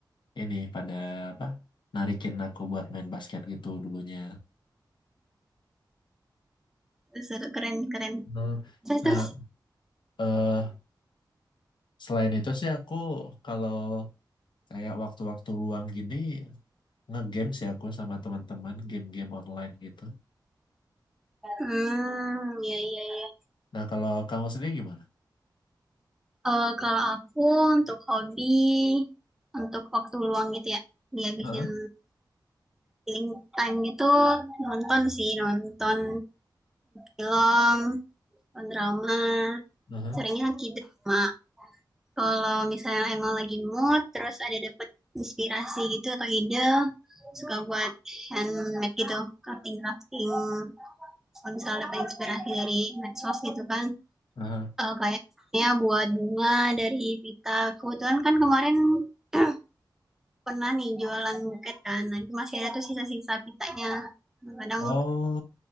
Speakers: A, on the left (about 80°); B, in the centre.
A: ini pada apa? Narikin aku buat main basket gitu dulunya.
B: Terus, terus, keren, keren.
A: Hmm.
B: Terus,
A: Nah,
B: terus.
A: eh selain itu sih aku kalau kayak waktu-waktu luang gini nge-game sih aku sama teman-teman game-game online gitu.
B: Hmm, iya, iya, iya.
A: Nah, kalau kamu sendiri gimana?
B: Eh, kalau aku untuk hobi, untuk waktu luang gitu ya, dihabisin
A: Heeh.
B: killing time gitu, nonton sih, nonton film, nonton drama,
A: Heeh.
B: seringnya K-drama. Kalau misalnya emang lagi mood, terus ada dapet inspirasi gitu atau ide, suka buat handmade gitu, crafting crafting. Kalau misalnya dapat inspirasi dari medsos gitu kan,
A: Heeh.
B: eh, kayaknya buat bunga dari pita. Kebetulan kan kemarin <clears throat> pernah nih jualan buket kan, nah itu masih ada tuh sisa-sisa pitanya. Kadang
A: Oh,